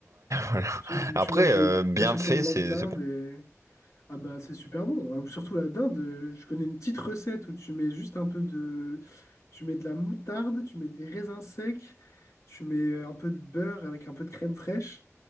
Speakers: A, on the right; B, on the left.
A: voilà.
B: Tu- Donc,
A: Après,
B: tu manges des...
A: euh, bien
B: T'achètes
A: fait,
B: ton blanc
A: c'est
B: de dinde
A: c'est bon.
B: et Ah bah c'est super bon. Euh, Surtout la dinde, euh, je connais une petite recette où tu mets juste un peu de... Tu mets de la moutarde, tu mets des raisins secs, tu mets euh, un peu de beurre avec un peu de crème fraîche